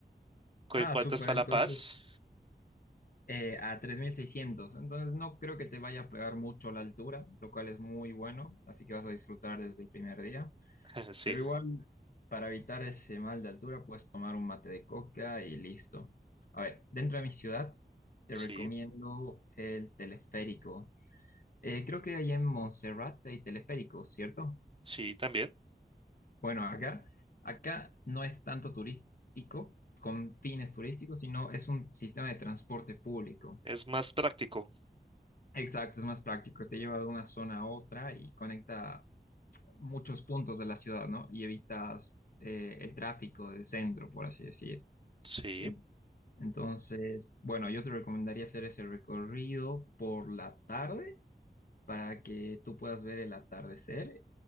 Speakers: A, on the right; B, on the left.
A: ¿Cu-
B: Ah,
A: ¿En cuánto
B: súper,
A: está
B: entonces.
A: La Paz?
B: eh, a tres mil seiscientos Entonces no creo que te vaya a pegar mucho la altura, lo cual es muy bueno, así que vas a disfrutar desde el primer día.
A: <laughs> Sí,
B: Pero igual, para evitar ese mal de altura, puedes tomar un mate de coca y listo. A ver, dentro de mi ciudad, te
A: sí,
B: recomiendo el teleférico. Eh, creo que ahí en Montserrat hay teleféricos, ¿cierto?
A: sí, también.
B: Bueno, acá, acá no es tanto turístico, con fines turísticos, sino es un sistema de transporte público.
A: Es más práctico.
B: Exacto, es más práctico, te lleva de una zona a otra y conecta muchos puntos de la ciudad, ¿no? Y evitas eh, el tráfico del centro, por así decir.
A: Sí.
B: En- Entonces, bueno, yo te recomendaría hacer ese recorrido por la tarde para que tú puedas ver el atardecer.